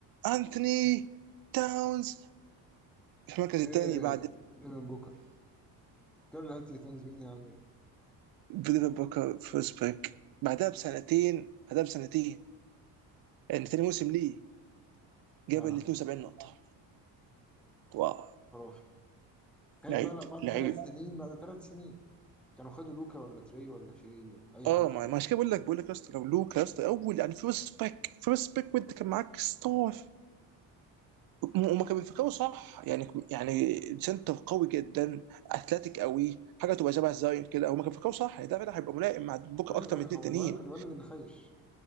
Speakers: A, on the right (about 50°); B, in the centre.
A: انثوني تاونز في المركز
B: ايه
A: الثاني بعد
B: ديفن بوكر كارل انتوني تاونز مين يا عم ده؟
A: ديفيد بوكر فيرست بيك بعدها بسنتين بعدها بسنتين يعني ثاني موسم ليه جاب
B: اه
A: ال 72 نقطه واو
B: خرافي تخيل
A: لعيب
B: بقى لو بعد
A: لعيب
B: ثلاث سنين بعد ثلاث سنين كانوا خدوا لوكا ولا تري ولا شاي ولا اي
A: اه
B: حد
A: ما
B: من البيت
A: ما عشان كده بقول لك بقول لك يا اسطى لو لوكا يا اسطى اول يعني فيرست باك فيرست باك وانت كان معاك ستار وما كان بيفكروا صح يعني يعني سنتر قوي جدا اثلتيك قوي حاجه تبقى شبه زاين كده هما كانوا بيفكروا صح يعني ده فعلا هيبقى ملائم مع بوكا
B: ايوه
A: اكتر
B: ايوه
A: من اتنين
B: هو
A: تانيين
B: الولد الولد اللي خايش